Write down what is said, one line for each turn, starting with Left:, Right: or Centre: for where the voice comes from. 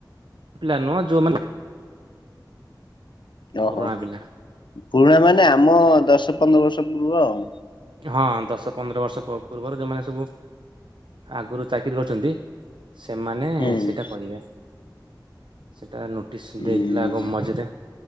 Right: ପିଲା ନୁହଁ ଯୋଉମାନେ।
Left: ଓହୋ
Right: ପୁରୁଣା ପିଲା।
Left: ପୁରୁଣା ମାନେ ଆମ ଦଶ ପନ୍ଦର ବର୍ଷ ପୂର୍ବ ଆଉ।
Right: ହଁ ଦଶ ପନ୍ଦର ବର୍ଷ ପୂର୍ବରୁ ଯୋଉମାନେ ସବୁ ଆଗରୁ ଚାକିରି କରି ଅଛନ୍ତି ସେମାନେ
Left: ହୁଁ
Right: ସେଇଟା କରିବେ। ସେଇଟା ନୋ ଦେଇଥିଲା
Left: ହୁଁ
Right: ଗ ମଝିରେ